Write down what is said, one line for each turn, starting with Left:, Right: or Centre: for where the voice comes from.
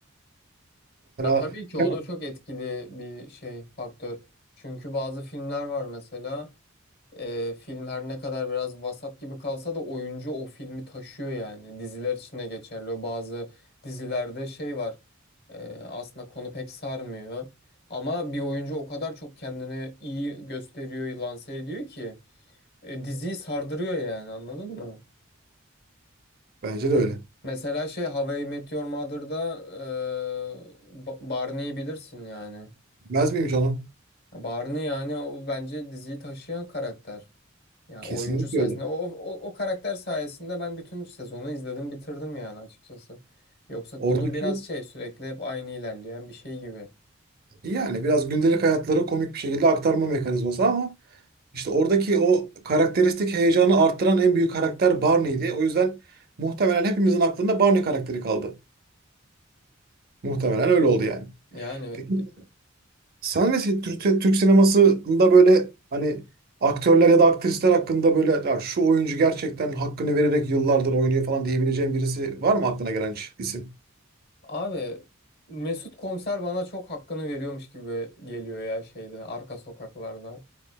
Left: Ya tabii
Right: Mesela
Left: ki o
Right: Değil mi?
Left: da çok etkili bir şey faktör. Çünkü bazı filmler var mesela. E, film her ne kadar biraz vasat gibi kalsa da oyuncu o filmi taşıyor yani. Diziler için de geçerli. O bazı dizilerde şey var. E, aslında konu pek sarmıyor. Ama bir oyuncu o kadar çok kendini iyi gösteriyor, lanse ediyor ki e, diziyi sardırıyor yani anladın mı?
Right: bence de öyle.
Left: Mesela şey How I Met Your Mother'da e, Ba- Barney'i bilirsin yani.
Right: Bilmez miyim canım?
Left: Barney yani o bence diziyi taşıyan karakter. Yani
Right: Kesinlikle
Left: oyuncu sayesinde
Right: öyle.
Left: o, o, o karakter sayesinde ben bütün sezonu izledim bitirdim yani açıkçası. Yoksa
Right: Oradaki
Left: konu biraz şey sürekli hep aynı ilerleyen bir şey gibi.
Right: yani biraz gündelik hayatları komik bir şekilde aktarma mekanizması ama işte oradaki o karakteristik heyecanı arttıran en büyük karakter Barney'di. O yüzden muhtemelen hepimizin aklında Barney karakteri kaldı. Muhtemelen öyle oldu yani.
Left: Yani
Right: Peki
Left: d-
Right: sen ve Türk, Türk sinemasında böyle hani aktörler ya da aktrisler hakkında böyle "Ya şu oyuncu gerçekten hakkını vererek yıllardır oynuyor falan diyebileceğin birisi var mı aklına gelen hiç isim?
Left: abi Mesut Komiser bana çok hakkını veriyormuş gibi geliyor ya şeyde arka sokaklarda.